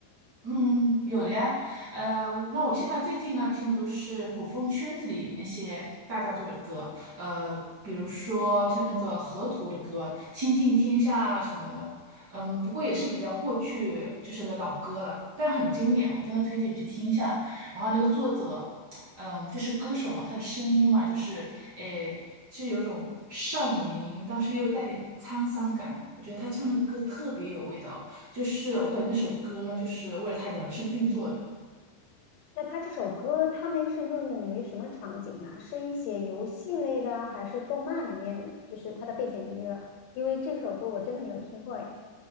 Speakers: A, on the right; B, on the left.
A: 嗯，有的呀，呃，那我现在最近呢听的都是古风圈子里那些大大做的歌，呃，比如说像那个河图的歌《倾尽天下》什么的，嗯，不过也是比较过去就是的老歌了，但很经典，我真的推荐你去听一下。然后那个作者，嗯，就是歌手嘛，他的声音嘛，就是诶，是有种少年音，但是又带点沧桑感，我觉得他唱的歌特别有味道。就是我感觉那首歌呢，就是为了他量身定做的。
B: 那他这首歌他们是应用于什么场景啊？是一些游戏类的，还是动漫里面就是它的背景音乐？因为这首歌我真的没有听过诶。